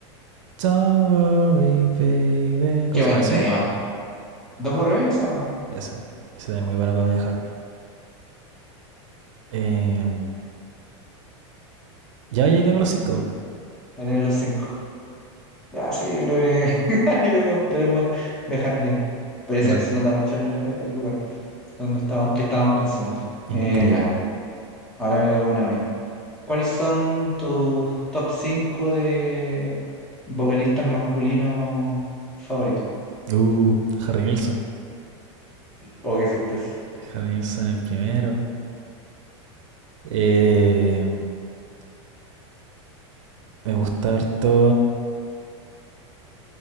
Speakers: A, on the right; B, in the centre.
A: Don't worry, baby. ¿Cómo
B: Qué
A: se
B: buen
A: llama ese?
B: tema. Don't Worry Baby se llama.
A: Ese. Ese también es muy bueno para viajar. Em, ya, ya ahí tengo los cinco.
B: En el los cinco. Ya, sí, yo creo que <laughs> yo creo que podemos viajar bien. Pero ahí se,
A: Una,
B: se nota mucho el, el- el lugar donde estamos, que estábamos pensando. Eh,
A: Increíble.
B: ya. Ahora me toca una a mí. ¿Cuáles son tus top 5 de vocalistas masculinos favoritos?
A: Uh, Harry Nilsson.
B: Oh, qué sorpresa.
A: Harry Nilsson el primero. Eh, me gusta harto.